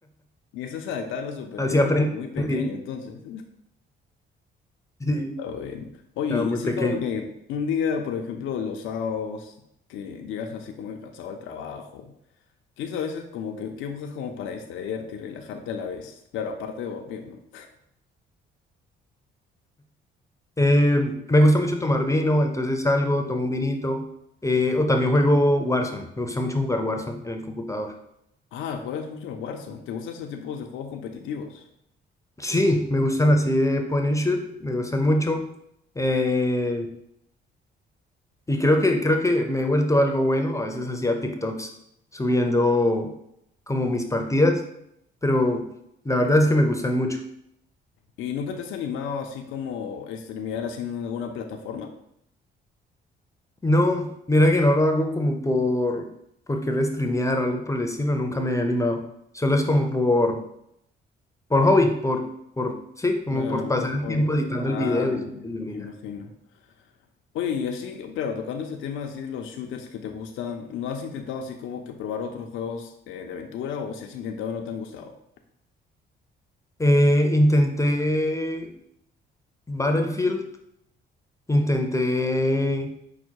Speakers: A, on the left; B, on the left.
A: Y eso es adaptar a la supervivencia
B: Así aprendí.
A: desde muy pequeño,
B: <laughs>
A: entonces.
B: Sí,
A: Ah, bueno. Oye,
B: estaba
A: y
B: muy
A: así
B: pequeño.
A: como que un día, por ejemplo, los sábados, que llegas así como que cansado al trabajo, que eso a veces como que, ¿qué buscas como para distraerte y relajarte a la vez? Claro, aparte de dormir, ¿no?
B: Eh, me gusta mucho tomar vino, entonces salgo, tomo un vinito. eh,
A: Ajá.
B: o también
A: <laughs>
B: juego Warzone. Me gusta mucho jugar Warzone en el computador.
A: Ah, juegas mucho el Warzone. ¿Te gustan esos tipos de juegos competitivos?
B: Sí, me gustan así de point and shoot, me gustan mucho. eh, y creo que, creo que me he vuelto algo bueno. A veces hacía TikToks subiendo como mis partidas, pero la verdad es que me gustan mucho.
A: ¿Y nunca te has animado así como streamear así en alguna plataforma?
B: No, mira que no lo hago como por, por querer streamear o algo por el estilo, nunca me he animado. Solo es como por, por hobby, por, por, sí, como
A: Claro,
B: por pasar
A: por hobby.
B: el tiempo editando
A: Ay,
B: el video y subiéndolo
A: me
B: y
A: imagino.
B: ya.
A: Oye, y así, claro, tocando este tema así de los shooters que te gustan, ¿no has intentado así como que probar otros juegos eh, de, aventura o si has intentado y no te han gustado?
B: Eh, intenté Battlefield, intenté